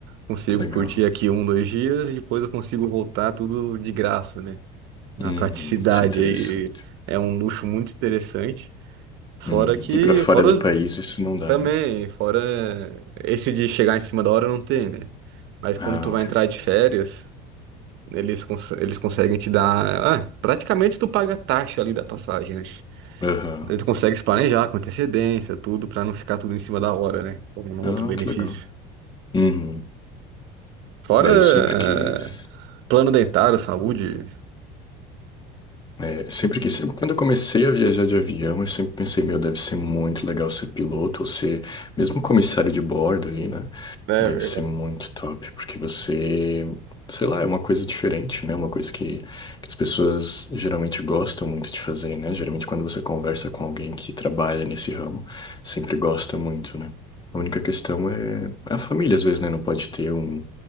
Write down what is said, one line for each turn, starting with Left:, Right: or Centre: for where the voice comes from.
Right: consigo
Left: Que legal.
Right: curtir aqui um, dois dias e depois eu consigo voltar tudo de graça, né? Na
Left: Uhum.
Right: praticidade
Left: Isso é interessante.
Right: aí. É um luxo muito interessante. Fora
Left: Uhum.
Right: que,
Left: E para fora
Right: fora
Left: do país
Right: os-
Left: isso não dá,
Right: também,
Left: né?
Right: fora esse de chegar em cima da hora não tem, né? Mas
Left: Ah,
Right: quando tu vai
Left: ok.
Right: entrar de férias, eles, cons- eles conseguem te dar. Ah, praticamente tu paga a taxa ali da passagem, né?
Left: Aham.
Right: Daí tu consegue se planejar com antecedência, tudo, pra não ficar tudo em cima da hora, né? Como no
Left: Ah,
Right: outro benefício.
Left: que legal. Uhum.
Right: Fora
Left: É, eu sempre quis.
Right: eh, plano dentário, saúde.
Left: É, sempre que, sempre- quando eu comecei a viajar de avião, eu sempre pensei, meu, deve ser muito legal ser piloto ou ser mesmo comissário de bordo ali, né?
Right: É
Left: Deve
Right: verdade.
Left: ser muito top, porque você, sei lá, é uma coisa diferente, né? Uma coisa que, que as pessoas geralmente gostam muito de fazer, né? Geralmente quando você conversa com alguém que trabalha nesse ramo, sempre gosta muito, né? A única questão é é a família, às vezes, né? Não pode ter um.